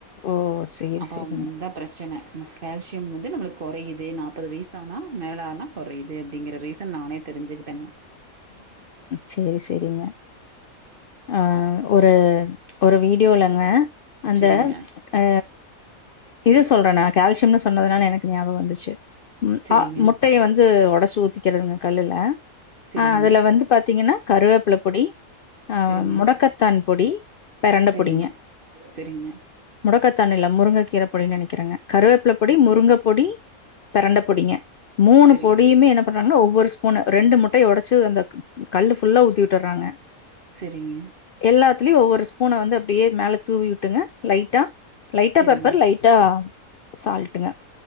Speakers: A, on the left; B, on the right.
A: ஓ! சேரி,
B: அப்போ
A: சேரிங்க.
B: த பிரச்சன ம் கேல்சியம் வந்து நம்மளுக் கொறையுது நாப்பது வயிசானா மேலானா கொறையுது அப்டிங்கிற ரீசன் நானே தெரிஞ்சுக்கிட்டங்க
A: சேரி செரிங்க ஆ ஒரு ஒரு வீடியோலங்க அந்த
B: சரிங்க.
A: ஆ இது சொல்றே நா கால்சியம்னு சொன்னதுனால எனக்கு ஞாபகோ வந்துச்சு ம்
B: சரிங்க.
A: ஆ முட்டய வந்து ஒடச்சி ஊத்திக்கனுங்க கல்லுல
B: சரிங்க.
A: ஆ அதுல வந்து பாத்தீங்கனா கருவேப்பில பொடி ஆ
B: சரிங்க.
A: முடக்கத்தான் பொடி பெரண்ட
B: சரிங்க.
A: பொடிங்க
B: சரிங்க.
A: முடக்கத்தானில்ல முருங்க கீர பொடினு நெனைக்கிறேங்க கருவேப்ல பொடி
B: ச
A: முருங்க பொடி பெரண்ட பொடிங்க மூணு
B: சரிங்க.
A: பொடியுமே என்ன பண்றாங்கன்னா ஒவ்வொரு ஸ்பூனு ரெண்டு முட் டய ஒடச்சு அந்த கல்லு ஃபுல்லா ஊத்தி வுட்டர்றாங்க
B: செரிங்க
A: எல்லாத்துலயு ஒவ்வொரு ஸ்பூனு வந்து அப்டியே மேல தூவி உட்டுங்க லைட்டா லைட்டா
B: சரிங்க.
A: பெப்பர் லை ட்டா சால்ட்டுங்க